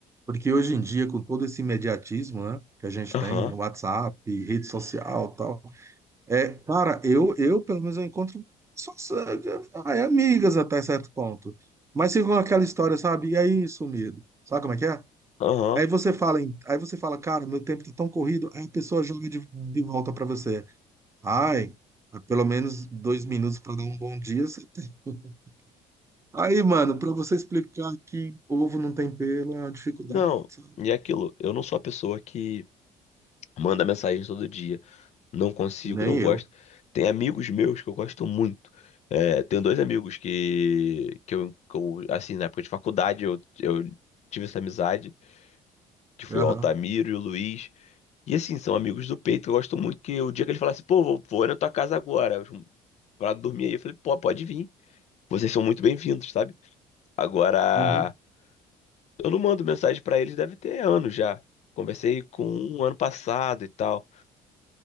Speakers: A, on the right; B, on the left.
A: Porque hoje em dia, com todo esse imediatismo, né, que a gente
B: Aham,
A: tem, WhatsApp, rede social, tal, É, cara, eu, eu pelo menos eu encontro só, só- ai, amigas até certo ponto. Mas ficam com aquela história, sabe? E aí, sumido. Sabe como é que é?
B: aham.
A: Aí você fala, em- aí você fala, cara, meu tempo tá tão corrido, aí a pessoa joga de, de volta pra você. Ai, pelo menos dois minutos pra dar um bom dia. você tem. <laughs> Aí, mano, pra você explicar que ovo não tem pelo é uma dificuldade,
B: Não.
A: sabe?
B: E é aquilo, eu não sou a pessoa que manda mensagem todo dia. Não consigo,
A: Nem
B: não gosto.
A: eu.
B: Tem amigos meus que eu gosto muito. É, tenho dois amigos que, que, eu, que eu, assim, na época de faculdade eu, eu tive essa amizade, que foi
A: Aham.
B: o Altamiro e o Luiz. E assim, são amigos do peito que eu gosto muito, que o dia que ele falasse, pô, vou, vou na tua casa agora, eu- pra dormir aí, eu falei, pô, pode vir. Vocês são muito bem-vindos, sabe? Agora,
A: Uhum.
B: eu não mando mensagem pra eles, deve ter anos já. Conversei com um ano passado e tal.